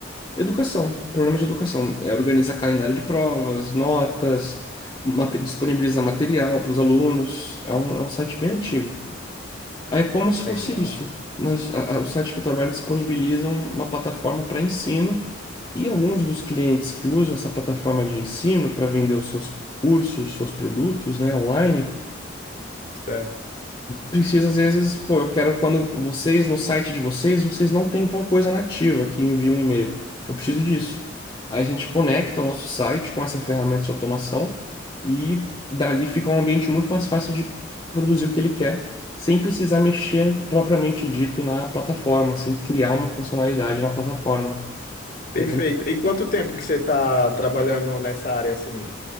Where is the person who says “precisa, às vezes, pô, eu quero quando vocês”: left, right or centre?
Left